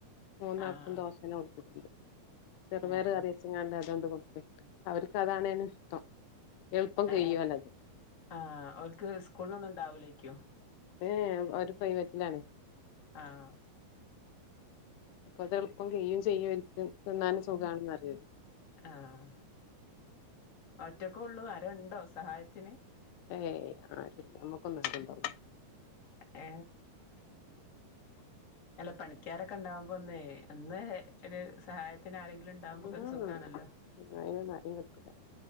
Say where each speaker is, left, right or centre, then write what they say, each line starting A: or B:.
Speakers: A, on the left; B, on the left.
A: മൂന്നാൾക്കും
B: ആഹ്
A: ദോശന്നെ കൊടുത്തിട്ട്ണ്ട് ചെറുപയർ
B: ആഹ്
A: കറി വച്ചിങ്ങാണ്ട് അതണ്ട് കൊടുത്തിട്ട് അവർക്ക് അതാണ് ഇഷ്ടം എൾപ്പം കഴ്യൂല്ലത്
B: ഏഹ് ആഹ് ഓൽക്ക് സ്കൂളിനൊന്നും ഉണ്ടാവൂലേരിക്കും
A: ഏ ഓരു പ്രൈവറ്റിലാണ്
B: ആഹ്
A: അതെൾപ്പം കയ്യുചെയ്യും എനിക്ക് തിന്നാനും സുഖാണെന്ന് <unintelligible>
B: ആഹ് ഒറ്റക്കേ ഉള്ളൂ ആരുണ്ടോ സഹായത്തിന്
A: ഏഹ് ആഹ് നമ്മുക്കൊന്നും <unintelligible>
B: ഏ അല്ല പണിക്കാര് ഒക്കെ ഉണ്ടാവുമ്പോ ഒന്നേ ഒന്ന് ഒരു സഹായത്തിന് ആരെങ്കിലും ഉണ്ടാവുമ്പോക്കെ
A: ഉം ഉം എല്ലാരും
B: ഒരു സുഖാണല്ലോ
A: ഉണ്ടെങ്കിൽ അടി വെക്കും